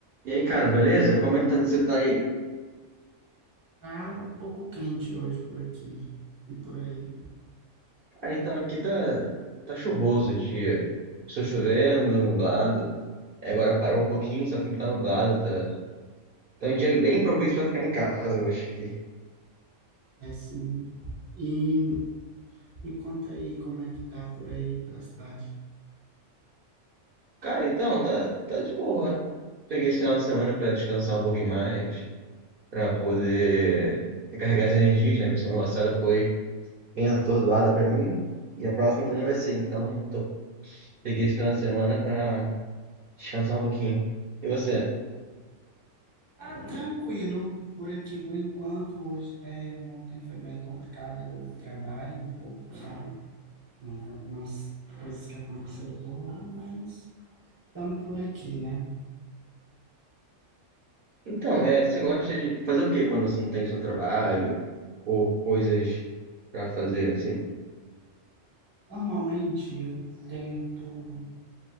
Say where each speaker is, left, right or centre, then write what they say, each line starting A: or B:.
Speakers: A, on the right; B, on the right.
A: E aí, cara, beleza? Como é que tá, você tá aí?
B: Tá um pouco quente hoje por aqui e por aí.
A: Cara, então aqui tá, tá chuvoso o dia. Estou chovendo, nublado. É, Agora parou um pouquinho, só que não tá nublado, tá. Tá um dia bem propício pra ficar em casa hoje aqui.
B: É sim. E me conta aí como é que tá por aí pela cidade.
A: Cara, então, tá, tá de boa. Peguei esse final de semana pra descansar um pouquinho mais, pra poder recarregar as energias, né? Porque semana passada foi bem atordoada pra mim. E a próxima também vai ser. Então, tô... peguei esse final de semana pra descansar um pouquinho. E você?
B: Tá tranquilo por aqui por enquanto. Hoje, é, ontem foi bem complicado o trabalho um pouco, sabe? É, algumas coisas que aconteceram por lá, mas estamos por aqui, né?
A: Então, é, você gosta de fazer o quê quando você não tem seu trabalho ou coisas pra fazer assim?
B: Normalmente eu tento.